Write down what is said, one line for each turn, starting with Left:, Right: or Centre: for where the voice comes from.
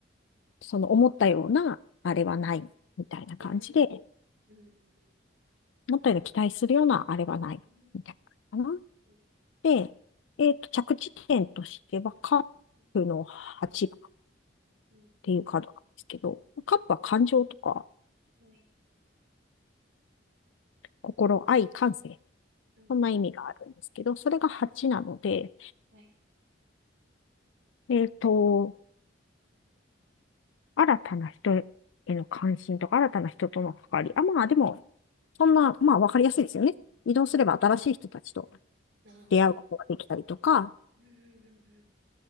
Left: その思ったような、あれはない、
Right: あ、はい。
Left: みたいな感じで、
Right: うん、うん、うん、
Left: 思ったような期待するような、あれはない、
Right: うん、
Left: みたいなのかな。
Right: はい、
Left: で、えっと、着地点としては、カップの8番っ
Right: うん、うん、
Left: ていうカードなんですけど、カップは感情とか、
Right: うん、はい、
Left: 心、愛、感性
Right: うん、うん、
Left: そんな意味があるんですけど、
Right: うん
Left: それが8なので、
Right: うん、はい、
Left: えっと、新たな人への関心とか、新たな人との関わり。あ、まあでも、
Right: はい。
Left: そんな、まあわかりやすいですよね。移動すれば新しい人たちと
Right: なるほど。
Left: 出会うことができたりとか、
Right: うん、うん、うん、うん。